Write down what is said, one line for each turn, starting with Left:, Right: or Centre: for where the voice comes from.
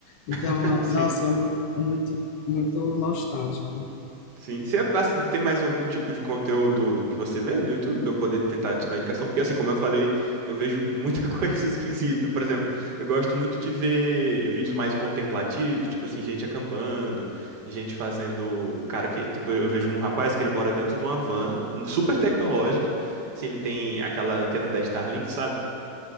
Left: Então,
Right: <laughs> sim.
Left: nossa, é muito, é muito, muito nostálgico.
Right: Sim. Você as- tem mais algum tipo de conteúdo que você vê no YouTube pra eu poder tentar te dar indicação? Porque assim, como eu falei, eu vejo muita <laughs> coisa esquisita. Por exemplo, eu gosto muito de ver vídeos mais contemplativos, tipo assim, gente acampando, gente fazendo o cara que, tipo, eu vejo um rapaz que ele mora dentro de uma van um- super tecnológica. Assim, ele tem aquela antena da Starlink, sabe?